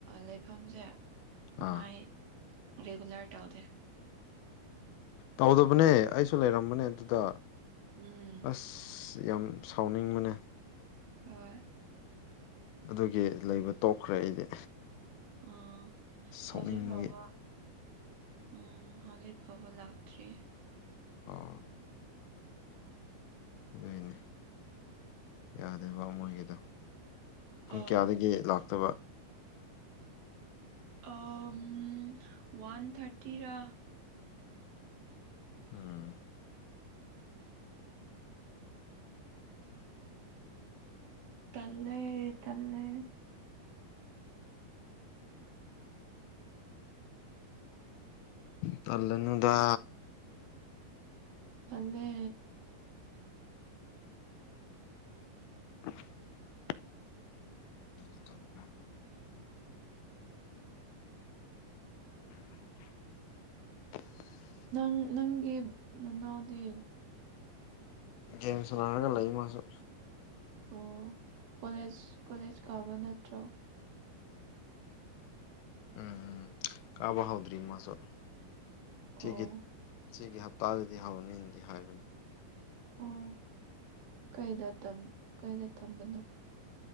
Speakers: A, on the right (about 70°); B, on the left (about 80°).
A: ꯂꯩꯐꯝꯁꯦ
B: ꯑꯥ
A: ꯃꯥꯏ ꯔꯤꯒꯨꯂꯔ ꯇꯧꯗꯦ
B: ꯇꯧꯗꯕꯅꯦ ꯑꯩꯁꯨ ꯂꯩꯔꯝꯕꯅꯦ ꯑꯗꯨꯗ
A: ꯎꯝ
B: ꯑꯁ ꯌꯥꯝ ꯁꯥꯎꯅꯤꯡꯕꯅꯦ
A: <unintelligible>
B: ꯑꯗꯨꯒꯤ ꯂꯩꯕ ꯇꯣꯛꯈ꯭ꯔꯦ ꯑꯩꯗꯤ
A: ꯑꯪ
B: ꯁꯥꯎꯅꯤꯡꯕꯒꯤ
A: ꯍꯧꯖꯤꯛ ꯐꯥꯎꯕ ꯎꯝ ꯍꯖꯤꯛ ꯐꯥꯑꯣꯕ ꯂꯥꯛ꯭ꯔꯔꯤ
B: ꯑꯣ ꯑꯗꯨꯏꯅꯦ ꯌꯥꯗꯦ ꯃꯣꯏꯒꯤꯗꯣ ꯄꯨꯡ
A: ꯑꯥ
B: ꯀꯌꯥꯗꯒꯤ ꯂꯥꯛꯇꯕ
A: <unintelligible> ꯋꯥꯟ ꯊꯔꯇꯤ ꯔ
B: ꯎꯝ
A: ꯇꯜꯂꯦ ꯇꯜꯂꯦ
B: ꯇꯜꯂꯅꯨꯗ
A: ꯐꯂꯦ
B: <inaudible> <inaudible> <inaudible>
A: ꯅꯪ ꯅꯪꯒꯤ ꯅꯅꯥꯎꯗꯤ
B: ꯒꯦꯝ ꯁꯥꯟꯅꯔꯒ ꯂꯩ ꯃꯥꯁꯨ
A: ꯑꯣ ꯀꯣꯂꯦꯖ ꯀꯣꯂꯦꯖ ꯀꯥꯕ ꯅꯠꯇ꯭ꯔꯣ
B: ꯎꯝ ꯀꯥꯕ ꯍꯥꯎꯗ꯭ꯔꯤꯃꯁꯜ
A: ꯑꯣ
B: ꯁꯤꯤꯒꯤ ꯆꯒꯤ ꯍꯞꯇꯥꯗꯗꯤ ꯍꯧꯅꯤꯅꯗꯤ ꯍꯥꯏꯕꯅꯤ
A: ꯑꯣ ꯀꯩꯗ ꯀꯩꯗ ꯇꯝꯕꯅꯣ